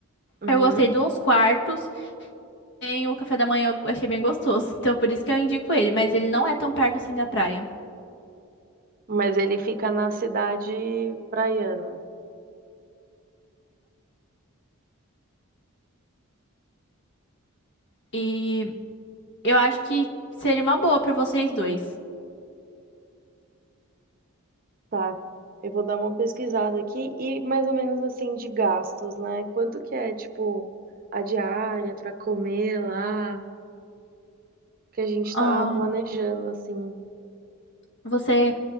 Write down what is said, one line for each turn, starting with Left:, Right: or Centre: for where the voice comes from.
Right: Uhum.
Left: eu gostei dos quartos, e o café da manhã eu achei bem gostoso. Então por isso que eu indico ele, mas ele não é tão perto assim da praia.
Right: Mas ele fica na cidade praiana.
Left: E eu acho que seria uma boa pra vocês dois.
Right: Tá. Eu vou dar uma pesquisada aqui e mais ou menos assim de gastos, né? Quanto que é, tipo, a diária pra comer lá? Que a gente
Left: Ah,
Right: tá planejando assim.
Left: você